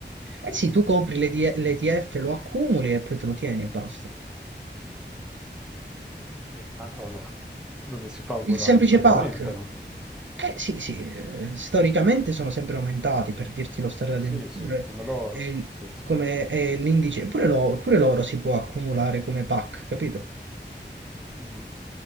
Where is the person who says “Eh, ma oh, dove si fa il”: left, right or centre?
Centre